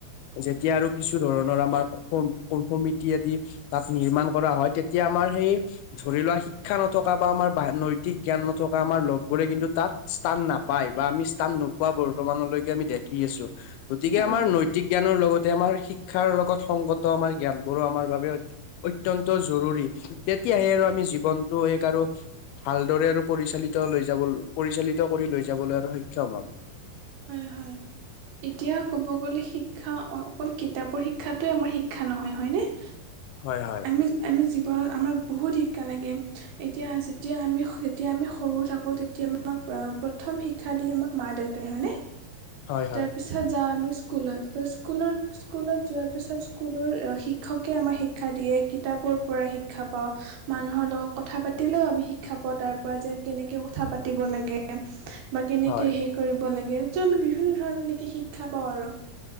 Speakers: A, on the left (about 80°); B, on the right (about 75°).
A: যেতিয়া আৰু কিছু ধৰণৰ আমাৰ সমিতি আদি তাত নিৰ্মাণ কৰা হয়, তেতিয়া আমাৰ সেই ধৰি লোৱা শিক্ষা নথকা বা আমাৰ নৈতিক জ্ঞান নথকা আমাৰ লগবোৰে কিন্তু তাত, স্থান নাপায় বা আমি স্থান নোপোৱা বৰ্তমানলৈকে আমি দেখি আছো গতিকে
B: হয়
A: আমাৰ নৈ নৈতিক জ্ঞানৰ লগতে আমাৰ শিক্ষাৰ লগত সংগত আমাৰ জ্ঞানবোৰো আমাৰ বাবে, অত্যন্ত জৰুৰী তেতিয়াহে আৰু আমি জীৱনটো এক আৰু ভালদৰে আৰু পৰিচালিত লৈ যাব পৰিচালিত কৰি লৈ যাবলৈ আৰু সক্ষম হ'ম।
B: হয় হয়। এতিয়া ক'ব গ'লে শিক্ষা অকল কিতাপৰ শিক্ষাটোৱে আমাৰ শিক্ষা নহয় হয়নে। <inaudible>
A: হয় হয়।
B: আমি আমি জীৱনত আমাক বহুত শিক্ষা লাগে এতিয়া যেতিয়া আমি যেতিয়া আমি সৰু থাকোঁ তেতিয়া। আমাক প্ৰথম শিক্ষা দিয়ে আমাক মা দেউতাই হয়নে
A: হয় হয়
B: তাৰপিছত। পিছত যাওঁ আমি স্কুলত তো স্কুলত, স্কুলত যোৱাৰ পিছত স্কুলৰ শিক্ষকে আমাক শিক্ষা দিয়ে কিতাপৰ পৰা শিক্ষা পাওঁ। মানুহৰ লগত কথা পাতিলেও আমি শিক্ষা পোৱা তাৰ পৰা যে কেনেকে কথা পাতিব লাগে। বা কেনেকে
A: হয়
B: হেই কৰিব লাগে ত আমি বিভিন্ন ধৰণৰ এনেকে শিক্ষা পাও আৰু